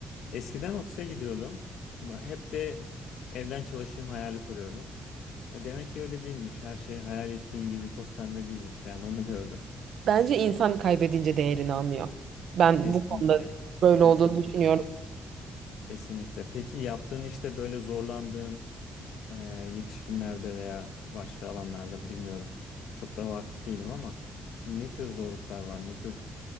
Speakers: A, on the left (about 80°); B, on the right (about 55°).
A: Eskiden ofise gidiyordum. Ama Hep de evden çalışayım hayali kuruyordum. Ya Demek ki öyle değilmiş. Her şey hayal ettiğin gibi toz pembe değilmiş. Yani onu gördüm.
B: Bence insan kaybedince değerini anlıyor. Ben
A: Kesinlikle,
B: bu konuda böyle olduğunu
A: kesinlikle,
B: düşünüyorum.
A: kesinlikle. Peki yaptığın işte böyle zorlandığın e, yetişkinlerde veya başka alanlarda bilmiyorum. Çok da vakıf değilim ama ne tür zorluklar var? Ne tür